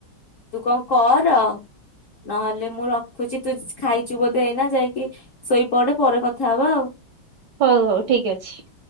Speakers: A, on the left; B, on the right.
A: ତୁ କଣ କର ନହେଲେ ମୁଁ ରଖୁଛି। ତୁ ଖାଇଛୁ ବୋଧେ ଏଇନା ଯାଇକି ଶୋଇପଡେ ପରେ କଥା ହବାଆଉ।
B: ହଉ ହଉ ଠିକ ଅଛି।